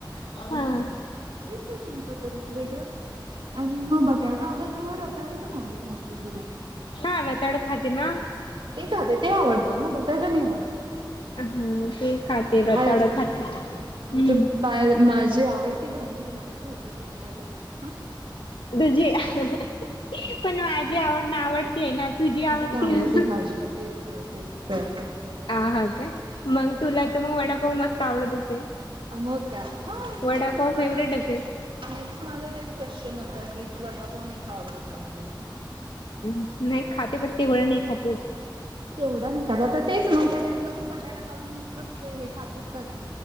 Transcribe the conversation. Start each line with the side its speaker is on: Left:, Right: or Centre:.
Left: हा.
Right: ये तुमचं तर, वेगळंच. आणि मग बटाटा आवडत नाही म रताळी पण आवडत नसतील तुला.
Left: हा रताळं खाते ना.
Right: ते खाते ते आवडतं, बटाटा नाही आवडत.
Left: हा ते खाते
Right: काय
Left: रताळं
Right: असं
Left: खाते,,
Right: आमच्या
Left: हम्म.
Right: मा माझी आवडती भाजीला नावं ठेवते तू बटाट्याला. हं.
Left: तुझी, हाहा, पण माझी नावडती आहे ना.
Right: तुझी
Left: आवडती
Right: नावडती
Left: असून
Right: भाजी य, तेच तर तेच तर.
Left: ह हा काय मग तुला तर मग वडापाव मस्त आवडत असेल.
Right: मग काय, हा
Left: वडापाव
Right: ते तू
Left: फेवरेट
Right: मला
Left: असेल
Right: नेक्स्ट नेक्स्ट माझं तेच क्वेशचन होता की, वडापाव नाही का आवडत का मग तुला.
Left: नाही खाते, पण तेवढं नाही खातो.
Right: तेवढं नाही खात, आता तेच मग त्यातलं पण बटाटा काढून नुसतच ते हे खातेस का काय?